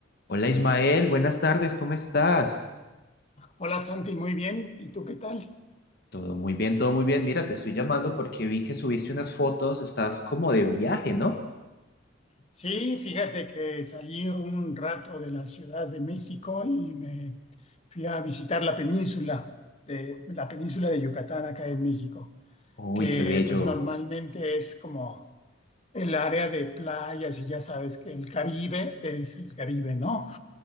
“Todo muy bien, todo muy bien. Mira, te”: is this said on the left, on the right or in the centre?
Left